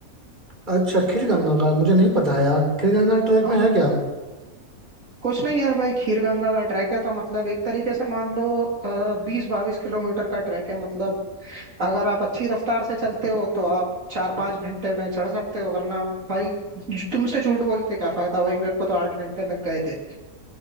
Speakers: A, on the right; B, on the right.
A: अच्छा खीरगंगा का मुझे नहीं पता है यार खीरगंगा ट्रैक
B: भाई
A: में है क्या
B: कुछ नहीं यार भाई खीर गंगा का ट्रैक है तो मतलब एक तरीके से मान लो बीस बाईस किलोमीटर का ट्रैक है मतलब अगर आप अच्छी रफ्तार से चलते हो तो आप चार पांच घंटे में चढ़ सकते हो वरना भाई तुमसे झूठ बोल के क्या फायदा भाई मेरे को तो आठ घंटे लग गए थे